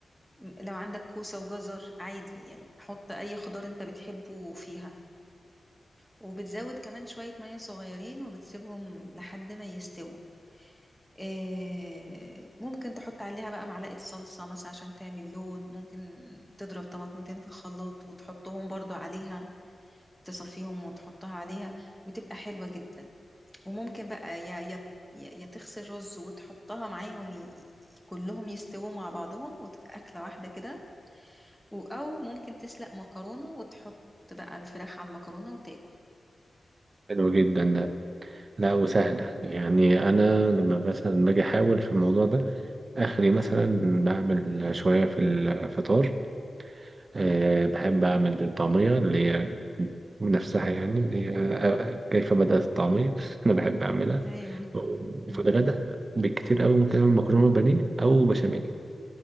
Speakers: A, in the centre; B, on the right.
A: م- لو عندك كوسة وجزر عادي يعني حط اي خضار انت بتحبه فيها وبتزود كمان شوية مية صغيرين وبتسيبهم لحد ما يستووا إيه، ممكن تحط عليها بقى معلقة صلصة مثلا عشان تعمل لون ممكن تضرب طماطمتين في الخلاط وتحطهم برضو عليها تصفيهم وتحطها عليها بتبقى حلوة جدا وممكن بقى يا يا يا تغسل رز وتحطها معاهم ي... كلهم يستووا مع بعضهم وتبقى أكلة واحدة كده و- أو ممكن تسلق مكرونة وتحط بقى الفراخ على المكرونة وتاكل
B: حلو جدا لا وسهلة
A: امم
B: يعني أنا لما مثلا باجي أحاول في الموضوع ده آخري مثلا بعمل شوية في الفطار أه بحب أعمل الطعمية اللي هي نفسها يعني اللي هي آه، كيف بدأت الطعمية <laughs> أنا بحب أعملها
A: ايوه
B: وفي
A: امم
B: الغداء بالكتير أوي ممكن أعمل مكرونة بانيه أو بشاميل